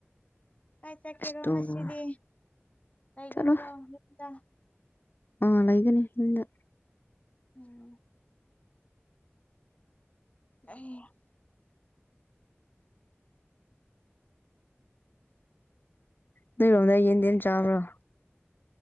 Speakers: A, on the left (about 30°); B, on the left (about 50°).
A: ꯀꯥꯏ ꯆꯠꯀꯦꯔꯣ
B: ꯑꯁ ꯇꯣꯛꯑꯣ
A: ꯉꯁꯤꯗꯤ ꯂꯩꯒꯗ꯭ꯔꯣ
B: ꯆꯠꯂꯣꯏ
A: ꯌꯨꯝꯗ
B: ꯑꯥ ꯂꯩꯒꯅꯤ ꯌꯨꯝꯗ
A: ꯎꯝ <unintelligible>
B: ꯅꯣꯏꯔꯣꯝꯗ ꯌꯦꯟꯗꯦꯝ ꯆꯥꯕ꯭ꯔꯣ